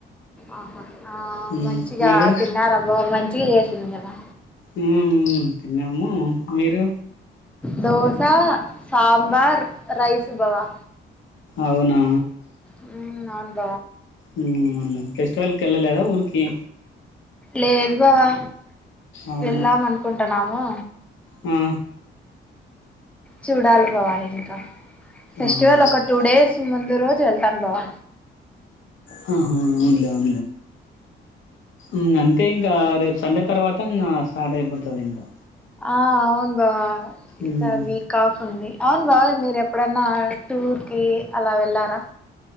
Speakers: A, in the centre; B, on the left.
A: ఆహా ఆ
B: మ్మ్
A: మంచిగా
B: మీరు
A: తిన్నారా బావ మంచిగా చేసింది కదా
B: మ్మ్ హ్మ్ తిన్నాము మీరు
A: దోశ, సాంబార్, రైస్ బావా
B: అవునా
A: హ్మ్ నాంద
B: మ్మ్ హ్మ్ అవునులే ఫెస్టివల్ కెళ్ళలేదా ఊరికి
A: లేద్ బావా
B: అవునా
A: వెళ్దాం అనుకుంటన్నాము
B: ఆ
A: చూడాలి బావా ఇంకా ఫెస్టివల్
B: అవునా ఆహా
A: ఒక టూ డేస్ ముందు రోజు వెళ్తాను బావా
B: అవును అవునులే అ మ్మ్ అంతే ఇంగా రేపు సండే తర్వాత్ త్తంగా స్టార్ట్ అయిపోతాది ఇంకా
A: ఆ అవును బావా ఈసారి
B: మ్మ్
A: వీక్ ఆఫ్ ఉంది అవును బావ మీరు ఎప్పుడన్నా టూర్ కి అలా వెళ్ళారా